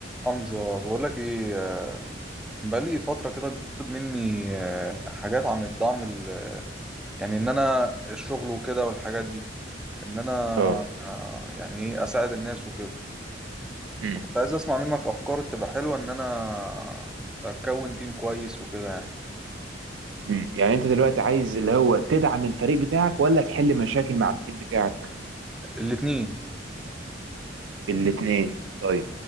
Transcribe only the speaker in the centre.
حمزة بقول لك ايه آه، بقالي فترة كده بتطلب مني آه، حاجات عن الدعم ال- يعني ان انا الشغل وكده والحاجات دي ان انا
آه، يعني ايه اساعد الناس وكده
فكنت عايز اسمع منك افكار تبقى حلوة ان انا اكون تيم كويس وكده يعني
الاتنين